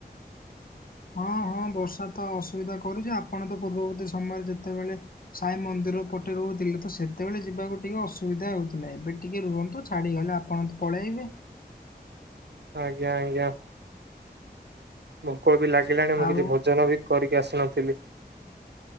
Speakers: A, on the left; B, on the right.
A: ହଁ ହଁ ବର୍ଷା ତ ଅସୁବିଧା କରୁଚି, ଆପଣ ତ ପୂର୍ବର୍ତୀ ସମୟରେ ଯେତେବେଳେ ସାଇ ମନ୍ଦ ପଟେ ରହୁଥିଲେ ତ ସେତେବେଳେ ଯିବାକୁ ଟିକେ ଅସୁବିଧା ହେଉଥିଲା, ଏବେ ଟିକେ ରୁହନ୍ତୁ ଛାଡ଼ିଗଲେ ଆପଣ ତ <unintelligible>
B: ଆଜ୍ଞା ଆଜ୍ଞା, କୁ ଭୋକ ଲାଗିଲାଣି ମୁଁ
A: ଆଉ
B: କିଛି ଭୋଜନ ବି କରିକି ଆସିନଥିଲି।